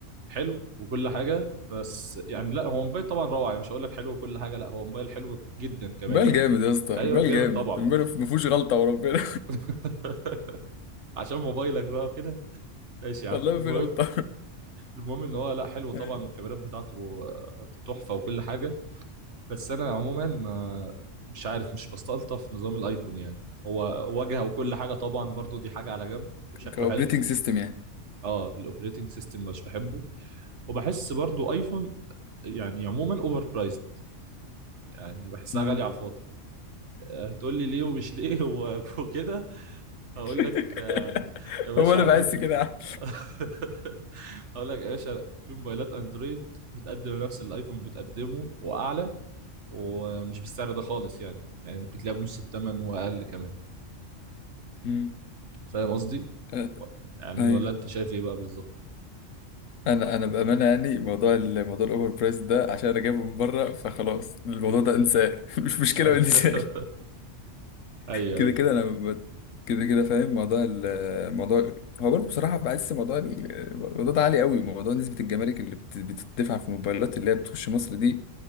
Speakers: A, on the right (about 65°); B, on the left (about 85°).
A: حلو وكل حاجه بس يعني لا هو موبايل طبعا روعه يعني مش هقول لك حلو وكل حاجه لا هو موبايل حلو جدا كمان
B: موبايل
A: يعني
B: جامد يا اسطى
A: ايوه
B: الموبايل
A: جامد
B: جامد
A: طبعا
B: الموبايل ما فيهوش غلطه وربنا
A: <laughs> عشان موبايلك بقى وكده
B: <laughs>
A: ماشي يا
B: والله
A: عم
B: ما
A: المهم
B: في غلطه
A: المهم ان هو لا حلو طبعا
B: <laughs> أيوة.
A: والكاميرات بتاعته آه، تحفه وكل حاجه بس انا عموما ما مش عارف مش بستلطف نظام الايفون يعني هو واجهه وكل حاجه طبعا برضو دي حاجه على جنب وشكله
B: كاوبريتنج
A: حلو
B: سيستم يعني
A: اه الاوبريتنج سيستم مش بحبه وبحس برضو ايفون يعني عموما اوفر برايزد يعني بحسها
B: مم.
A: غاليه على الفاضي آه، هتقول لي ليه ومش ليه و- <laughs> وكده هقول
B: <laughs>
A: لك آه، يا باشا
B: هو انا
A: عندك
B: بحس كده
A: <laughs> هقول لك يا باشا في موبايلات اندرويد بتقدم نفس اللي الايفون بتقدمه واعلى ومش بالسعر ده خالص يعني يعني ممكن تلاقيها بنص الثمن واقل كمان
B: مم.
A: فاهم قصدي؟
B: آه،
A: و- يعني
B: ايوه
A: ولا انت شايف ايه بقى بالظبط؟
B: انا انا بامانه يعني موضوع ال- موضوع الاوفر برايس ده عشان انا جايبه من بره فخلاص الموضوع ده انساه <laughs> مش مشكله
A: <laughs>
B: وانساه
A: ايوه
B: كده
A: ايوه
B: كده انا ب- كده كده فاهم موضوع الموضوع هو برضه بصراحه بحس موضوع ال- الموضوع ده عالي قوي موضوع نسبه الجمارك اللي بت- بتدفع في الموبايلات اللي هي بتخش مصر دي